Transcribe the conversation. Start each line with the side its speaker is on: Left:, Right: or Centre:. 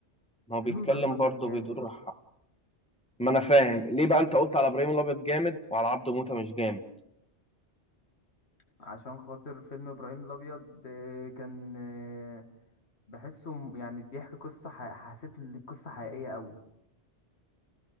Centre: ما هو
Left: فيلم
Centre: بيتكلم
Left: ابراهيم الابيض
Centre: برضه
Left: جامد
Centre: بيدور ح- ما انا فاهم ليه بقى انت قلت على ابراهيم الابيض جامد وعلى عبده موته مش جامد
Left: عشان خاطر فيلم ابراهيم الابيض آه، كان آه، بحسه م- يعني بيحكي قصة ح... حسيت ان القصة حقيقية قوي